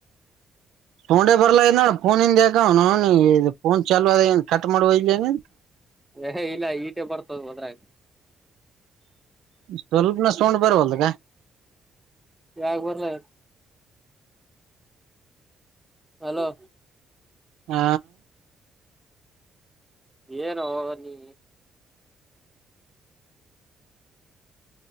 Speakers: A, on the right; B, in the centre.
A: ತೊಂಡೆ ಬರ್ಲ ಇದ್ ನೋ ಫೋನ್ ನ್ ಇಿಂದ ಯಕ ನ ಫೋನ್ ಚಾಲು ಅನ್ ಕಟ್ ಮಾಡುವ ಇನ್
B: ಹ ಇಲ್ಲ ಈಟೆ ಬರ್ತದ ಅೊದ್ರಾಗ
A: ಸ್ವಲ್ಪನ ಸೊಂಡ ಬರವಲ್ ಕ
B: ಯಾಾಗ ಬರ್ರ ಹಲೋ
A: ಹ
B: ಏನು ನೀ